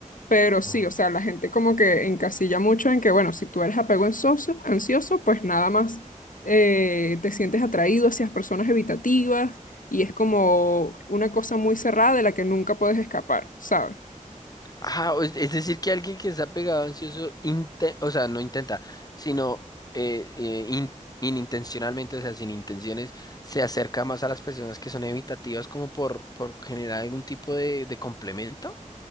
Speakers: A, on the left; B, on the left.
A: Pero sí,
B: Oh.
A: o sea, la gente como que encasilla mucho en que, bueno, si tú eres apego ansioso, ansioso, pues nada más eh, te sientes atraído hacia personas evitativas y es como una cosa muy cerrada de la que nunca puedes escapar, ¿sabes?
B: Ajá, o es, es decir, que alguien que está pegado ansioso, inte- o sea, no intenta, sino eh, eh, in- inintencionalmente, o sea, sin intenciones, se acerca más a las personas que son evitativas como por, por generar algún tipo de, de complemento.